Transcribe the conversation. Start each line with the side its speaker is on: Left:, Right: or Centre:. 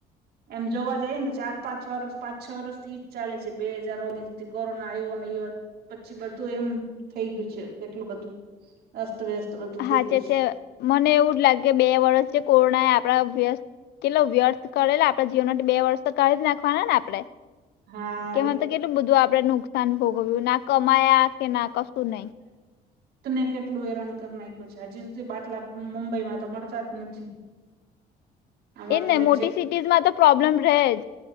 Right: એમ જોવા જાઈને ચાર પાંચ વર્ષ પાંચ છ વર્ષથી ઈ જ ચાલે છે બે હાજાર ઓગણીસથી કોરોના આવ્યો ને ઈ પછી બધું એમ થઈ ગયું છે કેટલું બધું. અસ્ત વ્યસ્ત થઈ
Left: હાચ
Right: ગયું
Left: છે મને એવું જ લાગે બે વર્ષ જે કોરોના એ આપણા વ્યસ્ત કેટલો વ્યર્થ કરેલો આપડે જીવન બે વર્ષ તો કાઢી નાખવાના ને આપડે
Right: હા
Left: કેમાં
Right: હા એ
Left: તો કેટલું બધું આપડે નુકસાન ભોગવ્યું ના કમાયા કે ના કશું નહી.
Right: ને કેટલું હેરાન કરી નાયખુ છે હજી સુધી બાટલા મુંબઈમાં તો મળતાં જ નથી.
Left: <inaudible>
Right: અમારે
Left: એ જ
Right: તો
Left: ને
Right: મે
Left: મોટી સિટીઝમાં તો પ્રોબ્લેમ રે જ